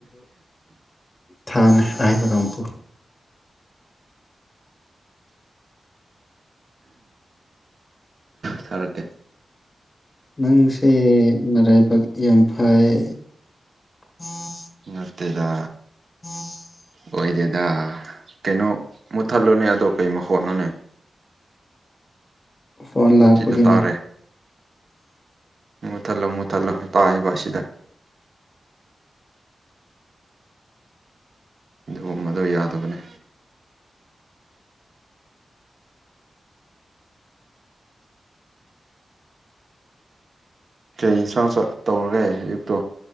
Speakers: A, on the left; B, on the right.
A: ꯊꯥꯎꯅꯦ ꯑꯍꯩꯕꯔꯝꯄꯨꯔ꯫
B: ꯊꯥꯔꯛꯀꯦ
A: ꯅꯪꯁꯦ ꯅꯔꯥꯏꯕꯛ ꯌꯥꯝ ꯐꯩ ꯕꯡ꯫
B: ꯅꯠꯇꯦꯗ꯫
A: <inaudible>
B: ꯑꯣꯏꯗꯦꯗ ꯀꯩꯅꯣ ꯃꯨꯠꯊꯠꯂꯨꯅꯦ ꯑꯗꯣ ꯀꯩꯃꯣ ꯍꯣꯠꯅꯨꯅꯦ
A: ꯐꯣꯟ ꯂꯥꯛꯄꯒꯤꯅꯦ
B: ꯁꯤꯗ ꯇꯥꯔꯦ ꯃꯨꯠꯊꯠꯂꯣ ꯃꯨꯠꯊꯠꯂ ꯇꯥꯏꯕ ꯑꯁꯤꯗ ꯑꯗꯨꯒꯨꯝꯕꯗꯣ ꯌꯥꯗꯕꯅꯦ ꯀꯩ ꯏꯟꯁꯥꯡ ꯇꯧꯔꯒꯦ ꯑꯌꯨꯛꯇꯣ